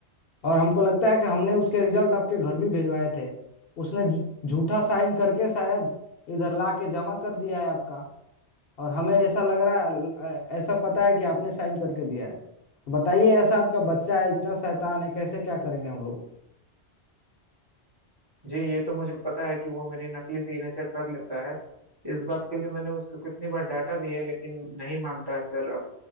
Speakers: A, on the left; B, on the right.
A: और हमको लगता है कि हमने उसके रिजल्ट आपके घर भी भिजवाए थे उसने झ- झूठा साइन करके शायद इधर ला के जमा कर दिया है आपका और हमें ऐसा लग रहा है ल- अ, ऐसा पता है कि आपने साइन करके दिया है बताइए ऐसा आपका बच्चा है इतना शैतान है कैसे क्या करेंगे हम लोग
B: जी ये तो मुझे पता है कि वो मेरी नकली सिग्नेचर कर लेता है इस बात के लिए मैंने उसको कितनी बार डांटा भी है लेकिन नहीं मानता है सर अब